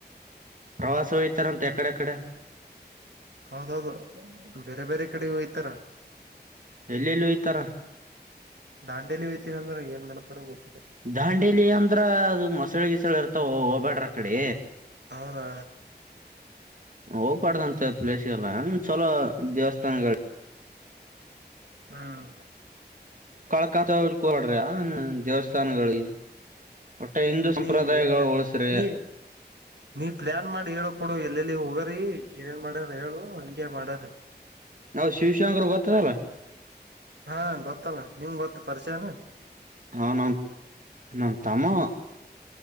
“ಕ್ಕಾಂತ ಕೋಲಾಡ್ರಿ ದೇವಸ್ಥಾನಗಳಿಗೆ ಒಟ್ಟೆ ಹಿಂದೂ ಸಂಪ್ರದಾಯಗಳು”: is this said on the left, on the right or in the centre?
Right